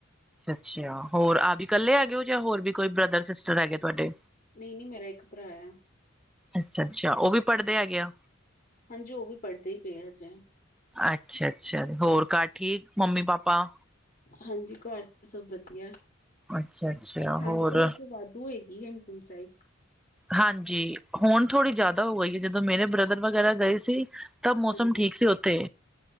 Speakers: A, in the centre; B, on the left (about 40°).
A: ਅੱਛਿਆ ਹੋਰ ਆਪ ਇਕੱਲੇ ਹੈਗੇ ਓ ਜਾਂ ਹੋਰ ਵੀ ਕੋਈ ਬ੍ਰਦਰ ਸਿਸਟਰ ਹੈਗੇ ਤੁਹਾਡੇ?
B: ਨਹੀਂ-ਨਹੀਂ ਮੇਰਾ ਇੱਕ ਭਰਾ ਐ।
A: ਅੱਛਾ-ਅੱਛਾ, ਉਹ ਵੀ ਪੜ੍ਹਦੇ ਹੈਗੇ ਆ।
B: ਹਾਂਜੀ। ਉਹ ਵੀ ਪੜ੍ਹਦੇ ਈ ਪਏ ਆ ਅਜੇ।
A: ਅੱਛਾ-ਅੱਛਾ‌‌। ਹੋਰ ਘਰ ਠੀਕ ਮੰਮੀ-ਪਾਪਾ?
B: ਹਾਂਜੀ ਘਰ ਤਾਂ ਸਭ ਵਧੀਆ ਐ।
A: ਅੱਛਾ ਅੱਛਾ
B: ਠੰਡ
A: ਹੋਰ
B: ਤੇ ਵੈਸੇ ਵੱਧ ਹੋਏਗੀ ਹੇਮਕੁੰਮ ਸਾਹਿਬ।
A: ਹਾਂਜੀ‌ ਹੁਣ ਥੋੜ੍ਹੀ ਜਿਆਦਾ ਹੋ ਗਈ ਐਂ। ਜਦੋਂ ਮੇਰੇ ਬ੍ਰਦਰ ਵਗੈਰਾ ਗਏ ਸੀ ਤਾਂ ਮੌਸਮ
B: ਹਾਂਜੀ
A: ਠੀਕ ਸੀ ਉੱਥੇ।